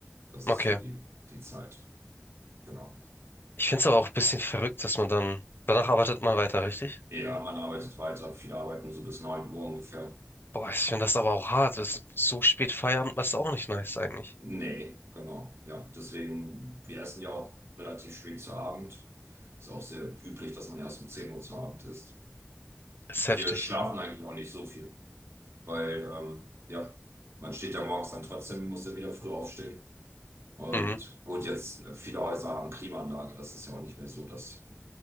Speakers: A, on the right; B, on the left.
A: Das
B: Okay.
A: ist so die, die Zeit. Genau.
B: Ich finde es aber auch ein bisschen verrückt, dass man dann, danach arbeitet man weiter, richtig?
A: Ja, man arbeitet weiter, viele arbeiten so bis 9 Uhr ungefähr.
B: Boah, ich finde das aber auch hart. Das ist so spät Feierabend, das ist auch nicht nice eigentlich.
A: Nee, genau. Ja, deswegen, wir essen ja auch relativ spät zu Abend. Ist auch sehr üblich, dass man erst um 10 Uhr zu Abend isst.
B: Das
A: Wir
B: ist heftig.
A: schlafen eigentlich auch nicht so viel. weil ähm, ja, man steht ja morgens dann trotzdem, muss ja wieder früh aufstehen. Und
B: Mhm.
A: gut, jetzt äh, viele Häuser haben Klimaanlage, das ist ja auch nicht mehr so, dass.